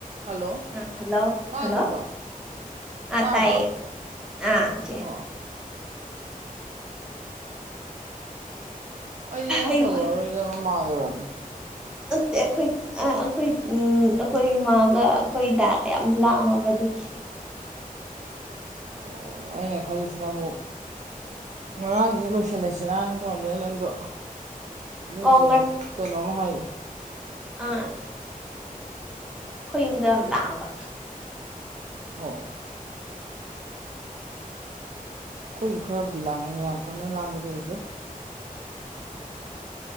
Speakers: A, on the right; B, in the centre.
A: Hello
B: ꯎꯝ hello
A: ꯇꯥꯗ꯭ꯔꯕꯣ
B: hello ꯑ
A: ꯇꯥꯔꯕ
B: ꯇꯥꯏꯌꯦ ꯑ ꯆꯦ꯫
A: ꯑꯣ ꯑꯩ ꯅꯪ
B: ꯑꯌꯨ
A: ꯇꯧꯔꯛꯑꯔꯣꯏꯕ ꯃꯥꯜꯂꯨꯔꯕꯅꯦ
B: ꯅꯦꯈꯣꯏ ꯑ ꯑꯩꯈꯣꯏ ꯎꯝ ꯑꯩꯈꯣꯏ ꯏꯃꯥꯒ ꯑꯩꯈꯣꯏ ꯗꯥꯒ ꯌꯥꯝ ꯂꯥꯡꯉꯕ ꯑꯗꯨꯒꯤ
A: ꯑꯣ ꯑꯩꯅ ꯈꯜꯂꯤꯁꯤꯅ ꯑꯃꯨꯛ꯫ ꯉꯔꯥꯡꯖꯨ ꯂꯣꯏꯁꯤꯜꯂꯖꯤꯔꯅ ꯇꯧꯔꯝꯕꯗꯨꯗ ꯅꯪꯗꯣ ꯅꯣꯏꯁꯦꯅ
B: ꯑꯣ
A: ꯀꯩꯅꯣꯝꯃ ꯍꯥꯏꯔꯦ
B: ꯑ ꯑꯩꯈꯣꯏ ꯌꯨꯝꯗꯣ ꯌꯥꯝ ꯂꯥꯡꯕ꯫
A: <inaudible> ꯑꯩꯈꯣꯏꯁꯨ ꯈꯔꯕꯨꯗꯤ ꯂꯥꯡꯉꯦ ꯌꯥꯝ ꯀꯟꯅ ꯂꯥꯡꯕꯗꯤ ꯑꯣꯏꯗꯦ꯫